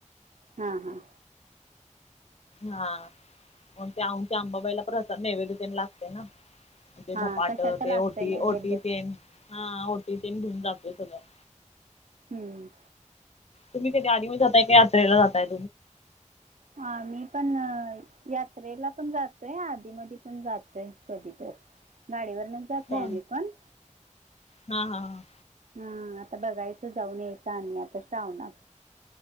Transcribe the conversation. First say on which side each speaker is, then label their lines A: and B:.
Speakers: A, on the right; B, on the left.
A: हां हां
B: हा मग त्या आऊच्या आंबाबाईला प्रसा नैवेदतेन लागते ना. ते
A: हां
B: झपाट
A: कशाचं
B: ते
A: लागतं
B: ओटी
A: आहे नैवेद्य
B: ओटी तेन हा ओटी तेन घेऊन जातोय सगळं.
A: हम्म.
B: तुम्ही कधी आधी मधी जाताय का यात्रेला जाताय?
A: हा मी पण यात्रेला पण जातोय आधी मध पण जातोय कधी तर गाडीवरन जातोय
B: हा
A: आम्ही पण
B: हा हा हा
A: हम् आता बघायचं जाऊन येतं आम्ही आता श्रावणात.